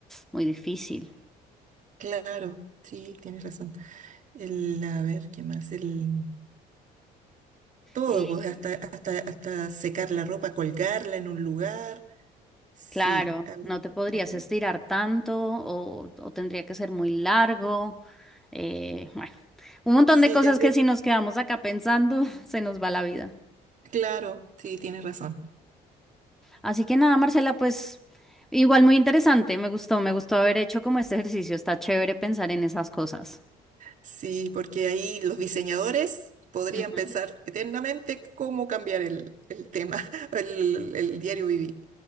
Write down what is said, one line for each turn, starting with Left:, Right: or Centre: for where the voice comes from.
Centre: muy difícil.
Right: claro, sí, tienes razón. El, a ver, ¿qué más? El todo,
Centre: Eh,
Right: pues, hasta, hasta, hasta secar la ropa, colgarla en un lugar. Sí,
Centre: claro,
Right: habría-
Centre: no te podrías
Right: eh,
Centre: estirar tanto o, o tendría que ser muy largo. eh, bueno, un montón
Right: sí,
Centre: de cosas
Right: tendría.
Centre: que si nos quedamos acá pensando, <laughs> se nos va la vida.
Right: Claro, sí, tienes razón.
Centre: Así que nada, Marcela, pues igual muy interesante, me gustó, me gustó haber hecho como este ejercicio, está chévere pensar en esas cosas.
Right: Sí, porque ahí los diseñadores podrían
Centre: Ujú.
Right: pensar eternamente cómo cambiar el, el tema, <laughs> el, el diario vivir.